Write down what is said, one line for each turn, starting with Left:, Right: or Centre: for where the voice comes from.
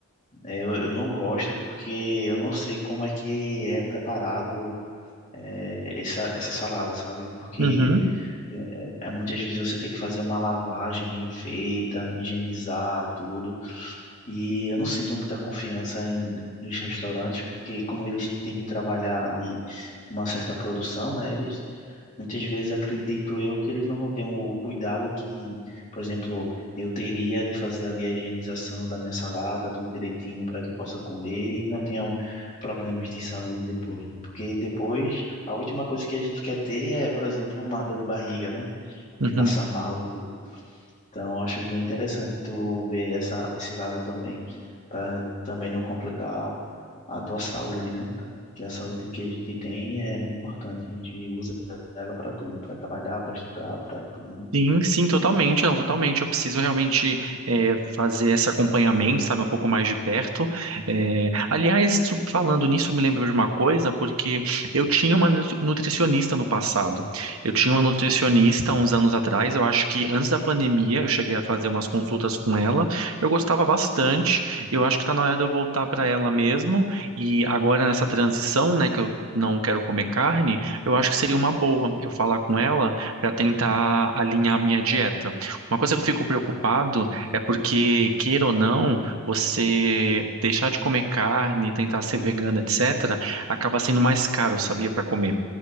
Left: eh, eu, eu não gosto porque eu não sei como é que é preparado eh, essa, essa salada, sabe? Porque
Right: uhum,
Left: eh, é, é, muitas vezes você tem que fazer uma lavagem bem feita, higienizar tudo. E eu não sinto muita confiança em, nos restaurantes, porque como eles têm que trabalhar ali uma certa produção, né? Eles muitas vezes acredito eu que eles não vão ter o cuidado que, por exemplo, eu teria de fazer ali a higienização da minha salada, tudo direitinho para que eu possa comer e não tenha problemas de saúde depois, né? Porque depois a última coisa que a gente quer ter é, por exemplo, uma dor de barriga, né?
Right: uhum.
Left: E passar mal e então, acho bem interessante tu ver essa, esse lado também, para também não complicar a tua saúde, né? Que a saúde que a gente tem é muito importante, a gente usa ela para tudo, né? Para trabalhar, para estudar, para tudo, né?
Right: Sim, sim, totalmente, não, totalmente. Eu preciso realmente é, fazer esse acompanhamento, sabe, um pouco mais de perto. É, aliás, tu- falando nisso, me lembrou de uma coisa, porque eu tinha uma nu- nutricionista no passado. Eu tinha uma nutricionista uns anos atrás, eu acho que antes da pandemia eu cheguei a fazer umas consultas com ela. Eu gostava bastante, eu acho que está na hora de eu voltar para ela mesmo. E agora nessa transição, né, que eu não quero comer carne, eu acho que seria uma boa eu falar com ela para tentar alinhar a minha dieta. Uma coisa que eu fico preocupado é porque, queira ou não, você deixar de comer carne, tentar ser vegana, etc., acaba sendo mais caro, sabia, para comer.